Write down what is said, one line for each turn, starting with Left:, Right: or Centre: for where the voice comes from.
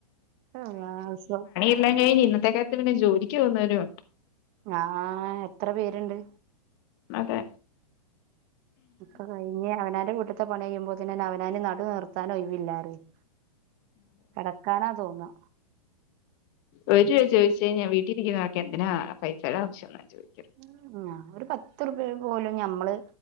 Right: അള്ളാ ഹൊസ്വം
Left: എല്ലാം കെയിഞ്ഞ് ഇന്നത്തെ കാലത്ത് പിന്നെ ജോലിക്ക് പോവുന്നവരുണ്ട്
Right: ആഹ് എത്ര പേര് ഇണ്ട്
Left: മതെ
Right: ഒക്കെ കയിഞ്ഞ് അവനാന്റെ വീട്ട്ത്തെ പണി കെയ്യുമ്പോത്തിനെന്നെ അവനാന് നടു നീർത്താൻ ഒയ് വില്ലാപറയും കെടക്കാനാ തോന്നാ
Left: ഓര് ചോയിച്ച് കെയിഞ്ഞാ വീട്ടിഇരിക്ക്ന്ന ആൾക്ക് എന്തിനാ പൈസയുടെ ആവശ്യംന്നാ ചോദിച്ചത്.
Right: ഉം ആഹ് ഒര്പത്ത്റുപ്പിയക്ക് പോലും ഞമ്മള്